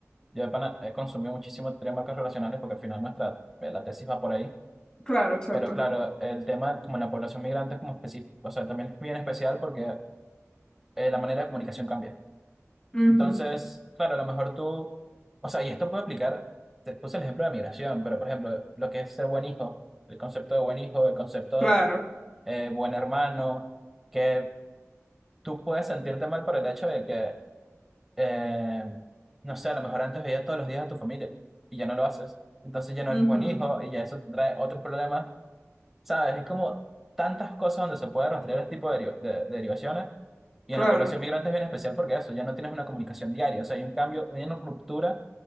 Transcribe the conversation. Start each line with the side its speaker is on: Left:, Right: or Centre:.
Centre: Yo de pana he consumido muchísimo teoría de marcos relacionales porque al final nuestra, eh, la tesis va por ahí.
Left: claro, chato.
Centre: Pero claro, el tema como en la población migrante es como específico, o sea, también es bien especial porque eh, la manera de comunicación cambia.
Left: Ujú,
Centre: Entonces, claro, a lo mejor tú, o sea, y esto puede aplicar, te puse el ejemplo de migración, pero por ejemplo, lo que es ser buen hijo, el concepto de buen hijo, el concepto
Left: Claro,
Centre: eh, buen hermano, que tú puedes sentirte mal por el hecho de que, eh, no sé, a lo mejor antes veías todos los días a tu familia y ya no lo haces. Entonces ya no
Left: ujú,
Centre: eres buen hijo y ya eso te trae otros problemas, ¿sabes? Es como tantas cosas donde se puede rastrear este tipo de, deri- de- de derivaciones. Y
Left: Claro,
Centre: en la población migrante es bien especial porque eso, ya no tienes una comunicación diaria, o sea, hay un cambio, una ruptura